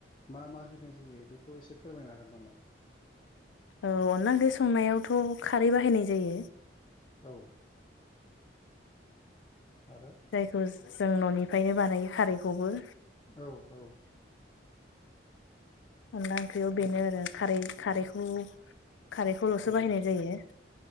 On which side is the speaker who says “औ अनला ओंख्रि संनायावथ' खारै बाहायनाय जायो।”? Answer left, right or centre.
Left